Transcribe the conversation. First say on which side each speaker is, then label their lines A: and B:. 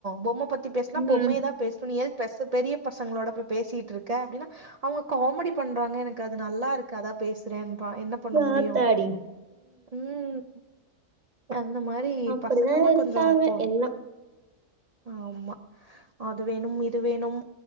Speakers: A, on the right; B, on the right.
A: பொம்ம பத்தி பேச்னா
B: ம்
A: பொம்மைையதா பேச் இப்ப நீ எதுக் ஃபஸ்ட்டு பெரியப் பசங்ளோட போய் பேசிட்ருக்க அப்டினா அவுங்க காமெடி பண்றாங்க எனக்கு அது நல்லாருக்கு அதாப் பேசுறேன்றா என்னப் பண்ண
B: ஆத்தாடி
A: முடியு ம் இந்த மாரி
B: அப்படிதான்
A: பசங்களா
B: இருக்காங்க
A: கொஞ்சோ இப்போ
B: எல்லாம்
A: ஆமா அது வேணும் இது வேணும்